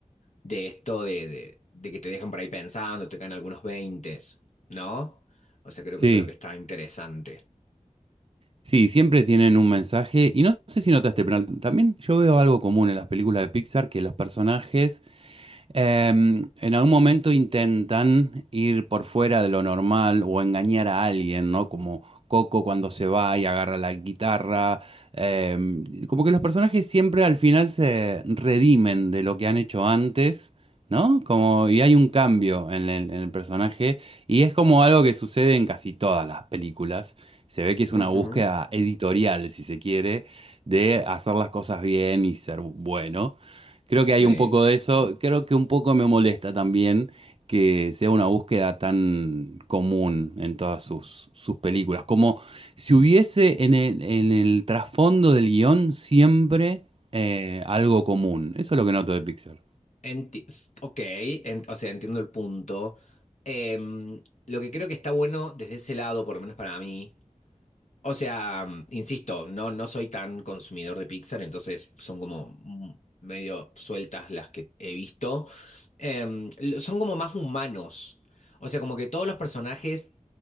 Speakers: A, on the left (about 65°); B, on the right (about 45°).
A: de esto de, de- de que te dejan por ahí pensando, te caen algunos veintes, ¿no? O sea, creo
B: Sí,
A: que eso es lo que está interesante.
B: sí, siempre tienen un mensaje. Y no sé si notaste, pero también yo veo algo común en las películas de Pixar, que los personajes Em, en algún momento intentan ir por fuera de lo normal o engañar a alguien, ¿no? Como Coco cuando se va y agarra la guitarra. Em, como que los personajes siempre al final se redimen de lo que han hecho antes, ¿no? Como, y hay un cambio en el, en el personaje y es como algo que sucede en casi todas las películas. Se ve que es
A: Ujú.
B: una búsqueda editorial, si se quiere, de hacer las cosas bien y ser bueno. Creo que hay
A: Sí.
B: un poco de eso. Creo que un poco me molesta también que sea una búsqueda tan común en todas sus, sus películas. Como si hubiese en el, en el trasfondo del guión siempre eh, algo común. Eso es lo que noto de Pixar.
A: Enti- s- ok, en- o sea, entiendo el punto. Em, lo que creo que está bueno desde ese lado, por lo menos para mí, O sea, insisto, no, no soy tan consumidor de Pixar, entonces son como mm, medio sueltas las que he visto. Em, l- son como más humanos. O sea, como que todos los personajes